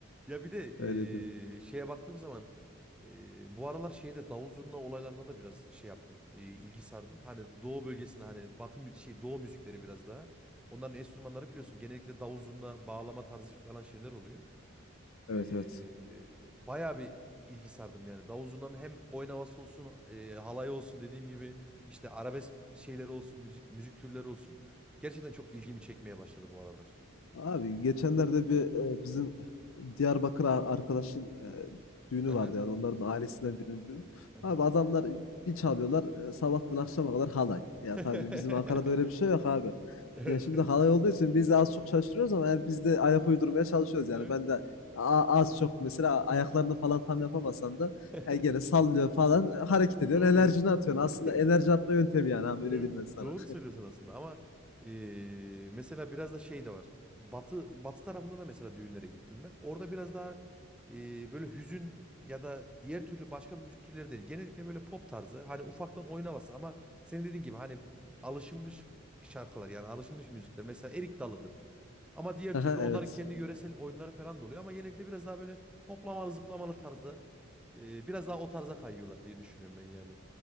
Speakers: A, in the centre; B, on the left.
A: Ya bir de eee,
B: Öyle diyeyim.
A: şeye baktığım zaman eee, bu aralar şeyde davul zurna olaylarına da biraz şey yaptım. eee, ilgi sardım. Hani doğu bölgesinde hani batı mü- şey doğu müzikleri biraz daha. Onların enstrümanları biliyorsun genellikle davul zurna bağlama tarzı falan şeyler oluyor.
B: Evet
A: Eee
B: evet.
A: bayağı bir ilgi sardım yani. Davul zurnanın hem oyun havası olsun, eee halay olsun dediğim gibi işte arabesk şeyleri olsun, müzik müzik türleri olsun. Gerçekten çok ilgimi çekmeye başladı bu aralar.
B: Abi geçenlerde bir e, bizim Diyarbakır ar- arkadaşın e, düğünü
A: Hı hı.
B: vardı yani onların ailesinden birinin düğünü.
A: hı hı.
B: Abi adamlar bir çalıyorlar e, sabahtan akşama kadar halay.
A: <laughs>
B: Ya tabii bizim Ankara'da öyle bir şey yok abi.
A: Evet.
B: Ya şimdi halay olduğu için biz de az çok şaşırıyoruz ama yani biz de ayak uydurmaya çalışıyoruz
A: Evet.
B: yani. Ben de a- az çok mesela ayaklarını falan tam yapamasan da
A: <laughs>
B: e, gene sallıyor falan e, hareket ediyorsun
A: Doğru.
B: enerjini atıyorsun.
A: <laughs>
B: Aslında enerji atma yöntemi yani abi
A: Evet
B: öyle diyeyim ben sana.
A: doğru söylüyorsun aslında ama eee, mesela biraz da şey de var. Batı Batı tarafında da mesela düğünlere gittim ben. Orada biraz daha eee, böyle hüzün ya da diğer türlü başka bir müzik türleri değil. Genellikle böyle pop tarzı hani ufaktan oyun ama senin dediğin gibi hani alışılmış şarkılar yani alışılmış müzikler. Mesela Erik Dalı'dır. Ama diğer
B: <laughs>
A: türlü
B: Aha,
A: onların
B: Evet.
A: kendi yöresel oyunları falan da oluyor ama genellikle biraz daha böyle hoplamalı zıplamalı tarzda eee, biraz daha o tarza kayıyorlar diye düşünüyorum ben yani.